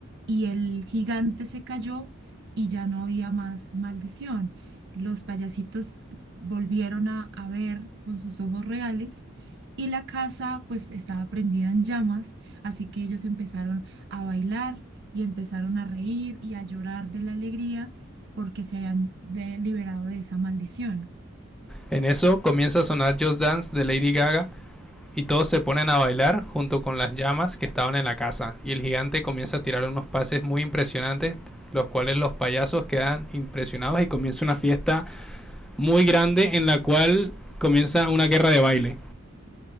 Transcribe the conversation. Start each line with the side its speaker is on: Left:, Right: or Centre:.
Right: y el gigante se cayó y ya no había más maldición. Los payasitos volvieron a, a ver con sus ojos reales y la casa pues estaba prendida en llamas, así que ellos empezaron a bailar y empezaron a reír y a llorar de la alegría porque se habían de- liberado de esa maldición.
Centre: En eso comienza a sonar Just Dance de Lady Gaga y todos se ponen a bailar junto con las llamas que estaban en la casa y el gigante comienza a tirar unos pases muy impresionantes los cuales los payasos quedan impresionados y comienza una fiesta muy grande en la cual comienza una guerra de baile.